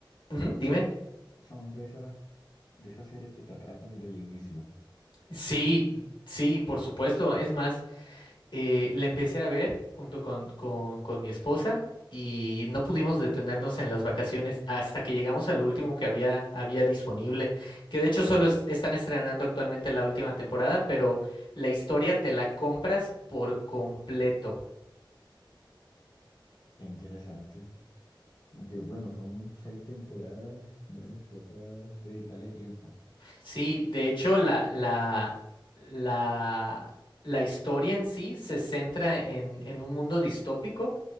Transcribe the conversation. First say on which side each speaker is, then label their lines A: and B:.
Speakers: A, on the left; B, on the left.
A: ujú, dime.
B: son de esas, de esas series que te atrapan desde el inicio.
A: Sí, sí, por supuesto. Es más, eh, la empecé a ver junto con, con, con mi esposa y no pudimos detenernos en las vacaciones hasta que llegamos al último que había, había disponible, que de hecho solo es- están estrenando actualmente la última temporada, pero la historia te la compras por completo.
B: Qué interesante. Aunque bueno, son seis temporadas. Bueno, toca dedicarle tiempo. <laughs>
A: Sí, de hecho, la, la, la, la historia en sí se centra en, en un mundo distópico